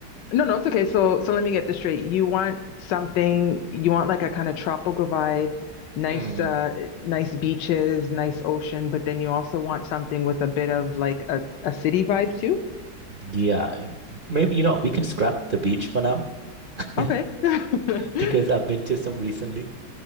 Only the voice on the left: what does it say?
No, no, it's okay. So, so let me get this straight. You want something, you want like a kind of tropical vibe, nice,
uh, nice beaches, nice ocean, but then you also want something with a bit of like a, a city vibe too?
Okay. <laughs>